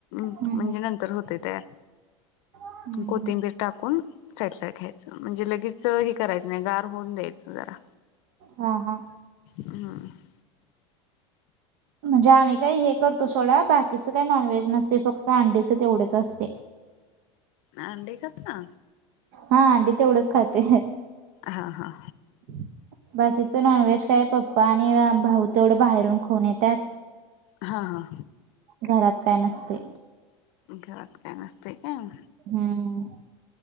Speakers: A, on the left; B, on the right.
A: म्हणजे
B: हम्म हम्म
A: नंतर होतय तयार.
B: हम्म
A: कोथिंबीर
B: हम्म
A: टाकून फेटलाय घ्यायचं म्हणजे लगेच हे करायचं नाही, गार होऊन द्यायचं जरा.
B: हा हा.
A: हम्म
B: म्हणजे आम्ही काही हे करतो सोडा. बाकीचं काही नॉनव्हेज नसतय, फक्त अंडीच तेवढेच असतय.
A: अंडी खाता?
B: हा अंडी तेवढंच खाते.
A: हा हा.
B: ह <unintelligible> बाकीच नॉनव्हेज काय पप्पा आणि भाऊ तेवढं बाहेरून खाऊन येतात.
A: हा हा
B: घरात काय नसतय.
A: घरात काम नसतय काय.
B: हम्म